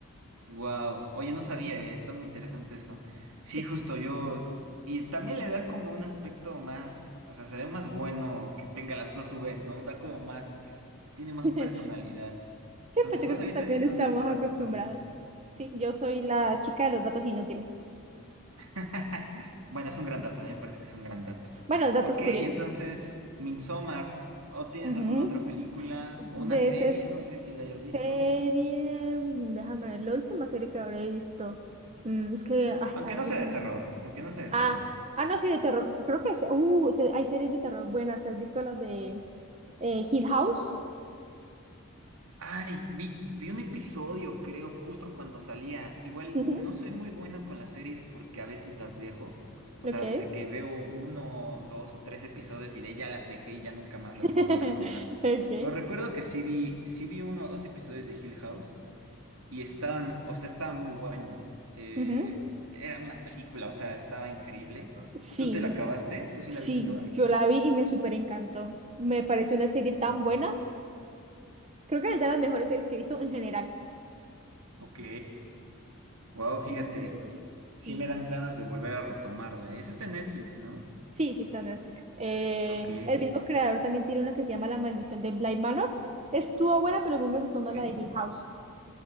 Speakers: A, on the right; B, on the right.
A: Wow, oye, no sabía, eh, Está muy interesante eso. Sí,
B: Sí.
A: justo yo. Y también le da como un aspecto más, o sea, se ve más bueno que tenga las dos UVs, ¿no? Da como más, tiene más
B: <laughs>
A: personalidad. Entonces,
B: Sí, pues yo
A: no
B: creo
A: sabía
B: que también
A: ese, no
B: estamos
A: sabía ese dato,
B: acostumbrados.
A: está muy bien.
B: Sí, yo soy la chica de los datos inútiles.
A: <laughs> Bueno, es un gran dato, a mí me parece que es un gran dato.
B: Bueno, datos
A: Ok,
B: curiosos.
A: entonces, Midsommar, ¿o tienes
B: Ujú.
A: alguna otra película?
B: De
A: O una serie,
B: esa es-
A: no sé si la hayas
B: serie,
A: visto.
B: déjame ver, la última serie que habré visto. Mm, es que, ay,
A: Aunque
B: a veces.
A: no sea
B: no-
A: de terror, aunque no sea de
B: Ah,
A: terror.
B: ah, no, sí, de terror. Creo que es, uh, te- hay series de terror buenas. ¿Te has visto las de eh, Hill House?
A: Ay, vi, vi un episodio, creo, justo cuando salía. Igual
B: Ujú,
A: no soy muy bueno con las series porque a veces las dejo. O
B: Ok.
A: sea, de que veo uno, dos o tres episodios y de ahí ya las dejé y ya nunca más
B: <laughs>
A: las vuelvo a retomar.
B: Ok.
A: Pero recuerdo que sí vi, sí vi uno o dos episodios de Hill House y estaban, o sea, estaba muy bueno. Eh,
B: Ujú.
A: era una película, o sea, estaba increíble.
B: Sí,
A: ¿Tú te la acabaste? ¿Tú
B: sí,
A: sí la viste toda?
B: yo la vi y me súper encantó. Me pareció una serie
A: Wow.
B: tan buena. Creo que es de las mejores series que he visto en general.
A: Ok. Wow, fíjate,
B: Mm,
A: pues
B: sí.
A: sí me dan ganas de volver a retomarla. Es este Netflix, ¿no?
B: Sí, sí está en Netflix. Eh,
A: Ok,
B: el mismo creador también tiene una que se llama La Maldición de Bly Manor. Estuvo buena, pero a mí me gustó más
A: ok.
B: la de Hill House.